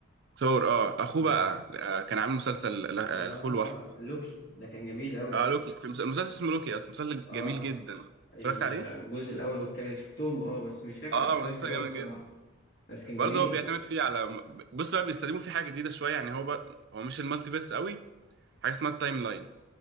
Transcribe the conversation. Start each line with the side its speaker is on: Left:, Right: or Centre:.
Right: ثور اه أخوه
Left: اه
Right: بقى آه، كان عامل مسلسل لأخوه
Left: اه
Right: لوحده
Left: لوكي ده كان جميل قوي
Right: اه لوكي في مس- مسلسل اسمه لوكي اصلا مسلسل
Left: اه
Right: جميل جدا
Left: الجزء
Right: اتفرجت عليه
Left: الاول والتاني شفتهم اه بس مش فاكر
Right: اه
Left: الاحداث
Right: مسلسل
Left: قوي
Right: جميل
Left: الصراحة
Right: جدا
Left: بس كان
Right: برضه
Left: جميل
Right: هو بيعتمد فيه على بص بقى بيستخدموا فيه حاجه جديده شويه يعني هو بقى... هو مش المالتي فيرس قوي حاجه اسمها التايم لاين